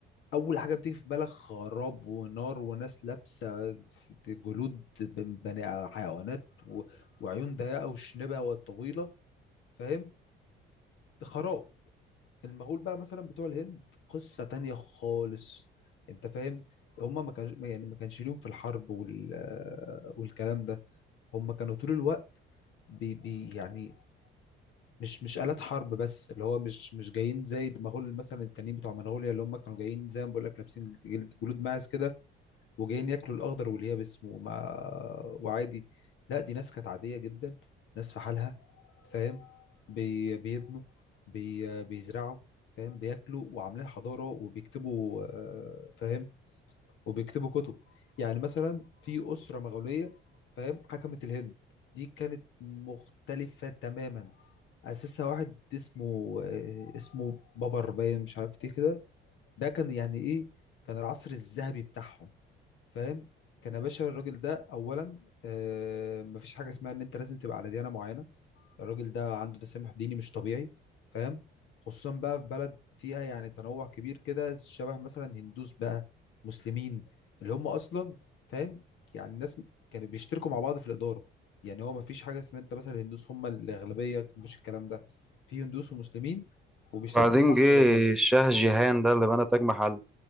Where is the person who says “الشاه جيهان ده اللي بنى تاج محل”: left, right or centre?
Centre